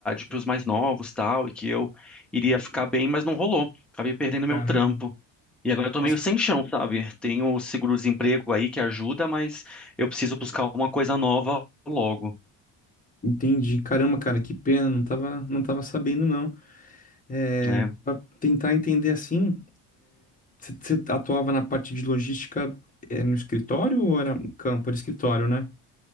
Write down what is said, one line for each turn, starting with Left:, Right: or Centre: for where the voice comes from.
Centre: para os mais novos, tal, e que eu iria ficar bem, mas não rolou. Acabei perdendo
Left: Caramba.
Centre: meu trampo. E agora eu tô
Left: Nossa,
Centre: meio sem chão, sabe? Tenho o seguro-desemprego aí que ajuda, mas eu preciso buscar uma coisa nova logo,
Left: entendi. Caramba, cara, que pena, não tava, não tava sabendo, não. É,
Centre: né?
Left: para tentar entender assim, você atuava na parte de logística, é, no escritório ou era no campo? Era escritório, né?